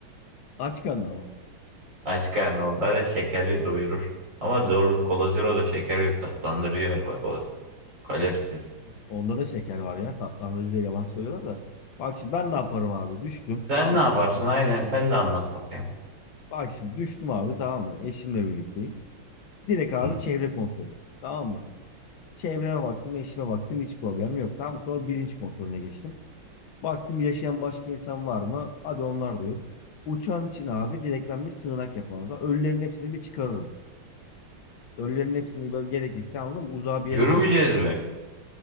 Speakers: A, on the left; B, on the right.
A: Aç karnına mı?
B: Aç karnı o zaten şekerli doyurur. Ama doğru Cola Zero'da şeker yok tatlandırıcı var bak o kalorisiz.
A: Onda da şeker var ya. Tatlandırıcıya yalan söylüyorlar da. Bak şimdi ben ne yaparım abi? Düştüm.
B: Sen
A: Tamam
B: ne yaparsın
A: mı? Eşim.
B: aynen sen de anlat bakayım.
A: Bak şimdi düştüm abi tamam mı? Eşimle birlikteyim. Direkt abi
B: Hı.
A: çevre kontrolü. Tamam mı? Çevreme baktım, eşime baktım hiç problem yok. Tamam mı? Sonra bilinç kontrolüne geçtim. Baktım yaşayan başka insan var mı? Hadi onlar da yok. Uçan için abi direkt ben bir sığınak yapardım. Ölülerin hepsini bir çıkarırım. Ölülerin hepsini böyle gerekirse aldım uzağa bir
B: Yürümeyeceğiz
A: yere koyarım.
B: mi?